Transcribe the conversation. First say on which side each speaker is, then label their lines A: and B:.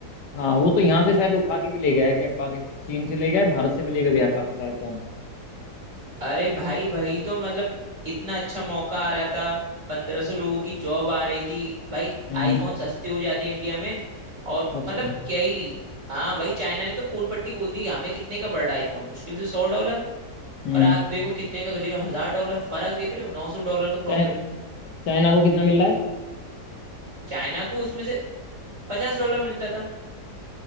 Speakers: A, on the left (about 75°); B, on the right (about 45°).
A: हाँ वो तो यहाँ से शायद उठा के भी ले गया है कि पाकिस्तान चीन से ले गया है भारत से भी लेकर गया काफी सारे फोन
B: अरे भाई वही तो मतलब इतना अच्छा मौका आ रहा था पंद्रह सौ लोगों की जॉब आ रही थी भाई
A: हम्म
B: आईफोन सस्ते हो जाते हैं इंडिया में और
A: अच्छा
B: मतलब क्या ही हाँ भाई चाइना ने तो पूल पट्टी खोल दी हमें कितने का पड़ रहा है आईफोन मुश्किल से सौ डॉलर
A: हम्म
B: और आप देखो कितने का करीब हजार डॉलर फर्क देख रहे हो नौ सौ डॉलर का
A: चाइ,
B: प्रॉफिट
A: चाइना को कितना मिल रहा है
B: चाइना को उसमें से पचास डॉलर मिलता था